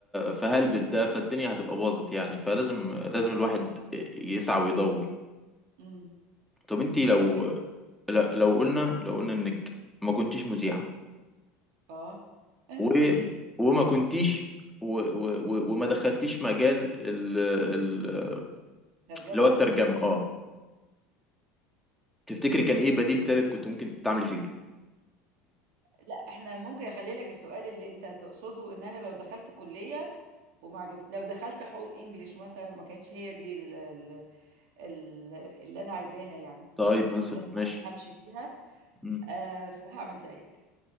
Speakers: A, in the centre; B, on the right (about 65°).
A: فهلبس ده فالدنيا هتبقى باظت يعني فلازم لازم الواحد يسعى ويدور
B: مم.
A: طب انتي
B: ده
A: لو
B: كويس جدا
A: لا-
B: مم.
A: لو قلنا لو قلنا انك ما كنتيش مذيعة
B: اه <laughs>
A: و... وما كنتيش و... و... و... وما دخلتيش مجال ال... ال...
B: ترجمة
A: اللي هو الترجمة اه تفتكري كان ايه بديل تالت كنت ممكن تتعاملي فيه
B: لا احنا ممكن اخلي لك السؤال اللي انت تقصده ان انا لو دخلت كلية وما عجبت لو دخلت حقوق انجليش مثلا ما كانتش هي دي ال- ال- ال- اللي انا عايزاها يعني
A: طيب مثلا
B: او اللي
A: ماشي
B: انا همشي فيها
A: مم.
B: آه فهعمل زيك